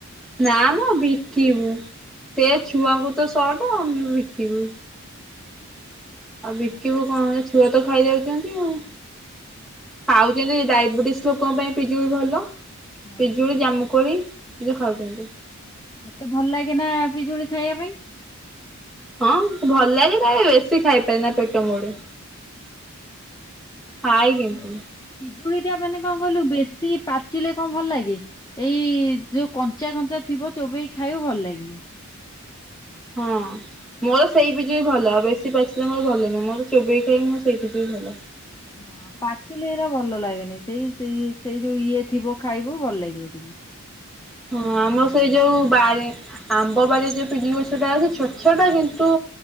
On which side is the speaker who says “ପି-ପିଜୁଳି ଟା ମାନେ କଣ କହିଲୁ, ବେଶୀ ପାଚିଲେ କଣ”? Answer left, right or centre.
Left